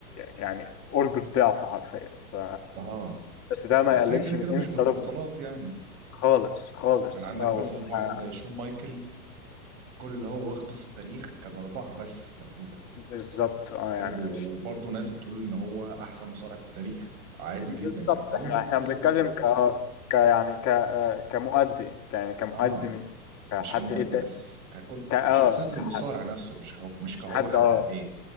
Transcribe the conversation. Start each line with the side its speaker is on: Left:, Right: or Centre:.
Left: يعني قرب الضعف حرفيا ف-
Right: آه.
Left: بس ده ما
Right: بس
Left: يقللش
Right: هي كده كده
Left: من قيمة
Right: مش بالبطولات
Left: ذا روك
Right: يعني
Left: خالص خالص
Right: يعني عندك
Left: اه وده-
Right: مثلا واحد زي شون مايكلز كل اللي هو واخده في التاريخ كان أربعة بس تقريبا
Left: بالظبط اه
Right: حلو
Left: يعني مش
Right: وبرضه ناس بتقول ان هو احسن مصارع في التاريخ عادي
Left: بالظبط
Right: جدا يعني فهي
Left: احنا
Right: مش بتحسب
Left: احنا بنتكلم
Right: البطولات
Left: ك
Right: خالص
Left: ك يعني ك آه، كمؤدي يعني كمؤدي
Right: اه
Left: من كحد
Right: مش كمؤدي
Left: ادى
Right: بس ككل
Left: ك اه
Right: كشخصية المصارع
Left: كحد
Right: نفسه مش كهو مش كهو
Left: حد
Right: حقق
Left: اه
Right: ايه